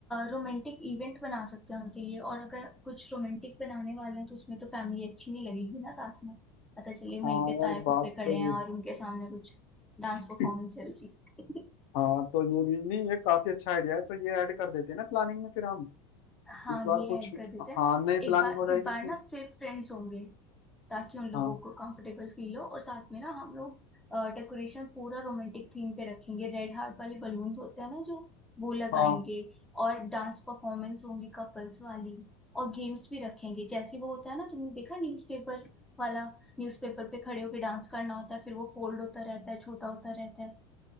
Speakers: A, in the centre; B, on the left.
A: रोमांटिक इवेंट बना सकते हैं उनके लिए और अगर कुछ रोमांटिक बनाने वाले हैं तो उसमें तो फैमिली अच्छी नहीं लगेगी ना साथ में पता चले
B: हाँ
A: वहीं पे
B: यार
A: ताए
B: बात
A: फूफे खड़े
B: तो
A: हैं
B: ये
A: और उनके सामने कुछ डांस
B: <laughs>
A: परफॉर्मेंस चल रही है।
B: हाँ तो ये भी नहीं ये काफी अच्छा आइडिया है तो ये ऐड कर देते हैं ना प्लानिंग में फिर हम
A: <laughs> हाँ
B: इस बार
A: ये
B: कुछ
A: ऐड कर देते
B: हाँ
A: हैं
B: नई
A: एक
B: प्लानिंग
A: बार
B: हो जाएगी
A: इस बार
B: इसकी
A: ना सिर्फ फ्रेंड्स होंगे ताकि उन लोगों
B: हाँ
A: को कंफर्टेबल फील हो और साथ में ना हम लोग डेकोरेशन पूरा रोमांटिक थीम पे रखेंगे रेड हार्ट वाले बलून्स होते हैं ना जो वो लगाएंगे
B: हाँ
A: और डांस परफॉर्मेंस होंगी कपल्स वाली और गेम्स भी रखेंगे जैसे वो होता है ना तुमने देखा न्यूज़पेपर वाला न्यूज़पेपर पे खड़े होके डांस करना होता है फिर वो फोल्ड होता रहता है छोटा होता रहता है